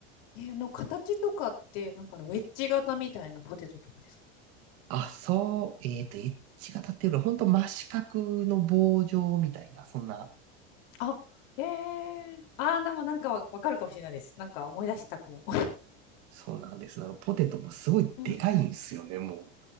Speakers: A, on the left; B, on the right.
A: え、あの形とかって、なんかあのウェッジ型みたいなポテトとかですか
B: あ、そう、えっと、エッジが立ってるから、本当真四角の棒状みたいな、そんな、
A: あ、ええああー、でもなんかわわかるかもしれないです。なんか思い出したかも。
B: そうなんです。あの、ポテトもすごいでかいんですよね、
A: <laughs> うん。
B: もう。